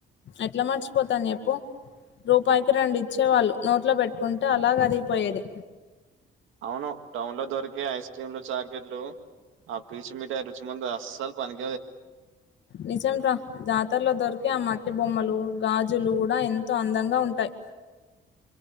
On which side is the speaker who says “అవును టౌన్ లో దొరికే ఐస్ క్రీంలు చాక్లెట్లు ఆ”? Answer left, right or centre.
Right